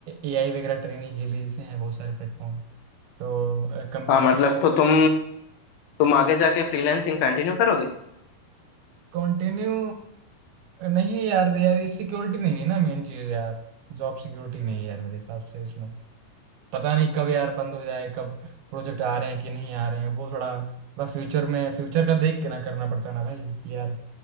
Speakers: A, on the right; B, on the left.
A: एआई वगैरह ट्रेनिंग के लिए जैसे हैं बहुत सारे प्लेटफॉर्म तो कंप्यूटर
B: हाँ मतलब
A: साइंस
B: तो तुम तुम आगे जाके फ्रीलांसिंग कंटिन्यू करोगे
A: कंटिन्यू नहीं यार यार इस सिक्योरिटी नहीं है ना मेन चीज यार जॉब सिक्योरिटी नहीं है यार मेरे हिसाब से इसमें पता नहीं कब यार बंद हो जाए कब प्रोजेक्ट आ रहे हैं कि नहीं आ रहे हैं वो थोड़ा बस फ्यूचर में फ्यूचर का देख के ना करना पड़ता है ना भाई कि यार